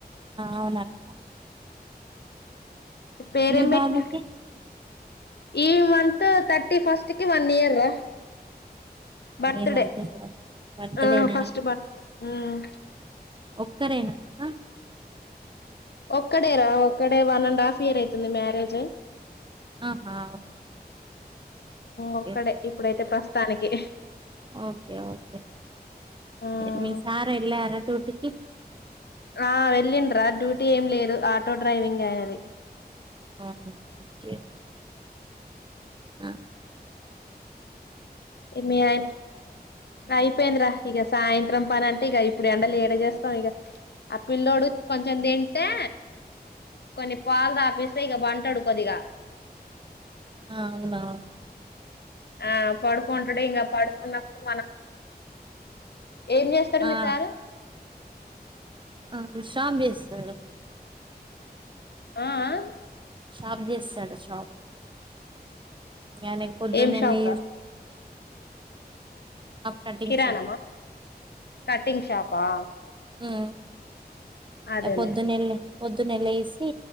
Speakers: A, on the right (about 30°); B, on the left (about 80°).
A: అవునక్క
B: పేరెం
A: మీ
B: పెట్న
A: బాబుకి
B: ఈ మంతు థర్ట్ ఫస్ట్ కి వన్ ఇయర్ రా బర్త్
A: అ మంత
B: డే
A: బర్తడేనా
B: ఆ ఫస్ట్ బర్ మ్
A: ఒక్కరేనా ఆ
B: ఒక్కడే రా ఒక్కడే వన్ అండ్ హాఫ్ ఇయర్ అవుతుంది మ్యారేజ్ అయి
A: ఆహా ఓకే
B: ఒక్కడే ఇప్పుడైతే ప్రస్తు స్థానికి
A: ఓకే ఓకే
B: మ్
A: అరే మీ సార్ ఎల్లార తోటికి
B: ఆ వెళ్ళిండ్రా డ్యూటీ ఏం లేదు ఆటో డ్రైవింగ్ ఆయినది
A: ఆ ఒకే ఆ
B: మి అయి అయిపోయిందిరా ఇక సాయంత్రం పని అంటే ఇక ఇప్పుడు ఎండలుడ చేస్తాం ఇక ఆ పిల్లోడు కొంచెం తింటే కొన్ని పాలు తాపిస్తే ఇక బంటడు కొద్దిగా
A: ఆ అవునా
B: ఆ పడుకుంటాడుే ఇంకా పడుకున్నప్పుడు మనం ఏం చేస్తాడు
A: ఆ
B: మీ సార్
A: ఆ కుశ్శం చేస్తుండు <inaudible>
B: ఆ ఆ
A: సాబ్ చేస్తాడు అ సాబ్ అనీ పొద్దున్నే
B: ఏం షాప్
A: లే
B: రా
A: కటింగ్
B: కిరాణమా
A: షాప్
B: కటింగ్ షాపా
A: ఆ
B: అదేలే
A: ఎ పొద్దున ఎల్ల పొద్దున్నెల వేసి